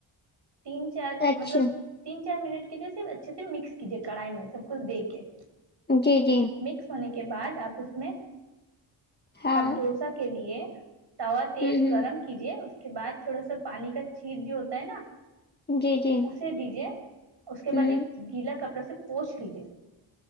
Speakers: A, on the right (about 60°); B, on the left (about 20°).
A: تین چار
B: اچھا
A: مطلب تین چار منٹ کے لیے صرف اچھے سے مکس کیجیے کڑھائی میں سب کچھ دے کے
B: جی جی
A: مکس ہونے کے بعد آپ اس میں
B: ہاں
A: آپ ڈوسا کے لیے توا تیز
B: ہوں ہوں
A: گرم کیجے اس کے بعد تھوڑا سا پانی کا چھیٹ جو ہوتا ہے نا
B: جی جی
A: سے دیجیے اس کے
B: ہوں
A: بعد ایک گیلا کپڑا سے پوچھ لیجیے